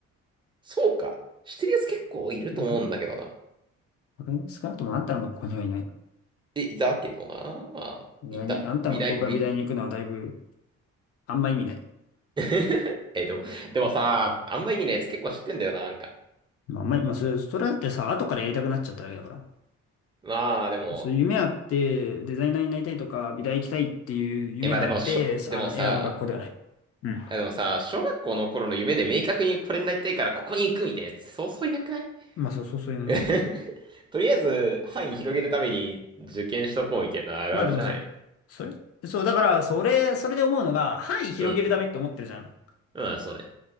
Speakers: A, on the right; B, on the left.
A: そうか。してるやつ結構いると思うんだけどな。
B: なくねなくね少なくともあんたの学校にはいないの。
A: え、いたけどな。まあ、
B: 美大に、
A: いた。
B: あんたの学校から美大に行くのはだいぶ
A: 美大、美。
B: あんま意味ない。
A: <laughs> え、でも、でもさ、あんま意味ないやつ結構知ってんだよな、なんか。
B: まあ、あんまり、まあそれ、それだってさ、後からやりたくなっちゃっただけだから。
A: まあ、でも、
B: そう、夢あって、デザイナーになりたいとか、美大行きたいっていう夢があって、
A: え、まあでも、しょ、でもさ、
B: あの、選ぶ学校ではない。うん。
A: いやでもさ、小学校の頃の夢で明確にこれになりたいからここに行くみたいなやつ、そうそういなくない
B: まあそうそうそういうの。
A: <laughs> とりあえず、範囲広げるために受験しとこうみたいなのあるあるじゃないの。
B: まあでもそう。それそう、だから、それ、それで思うのが、範囲広げるためって思ってるじゃん。
A: うん。うん、そうね。